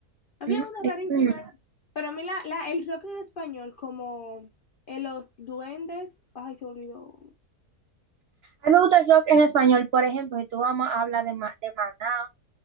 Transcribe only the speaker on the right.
Dios
mío.
A mí me gusta el rock en español, por ejemplo, si tú vamos a hablar de, Ma- de Maná